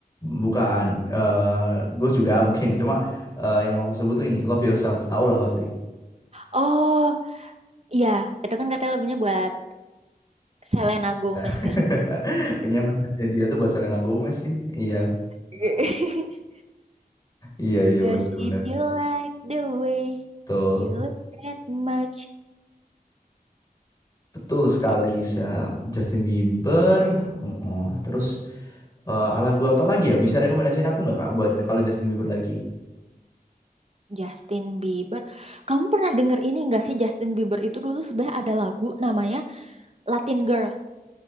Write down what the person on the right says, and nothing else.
Oh, iya, itu kan katanya lagunya buat Selena Gomez
ya.
<laughs>
Cause
if you like the way
you look that much
Eh,
Justin Bieber. Kamu pernah denger ini gak sih Justin Bieber itu dulu sebenarnya ada lagu namanya Latin Girl.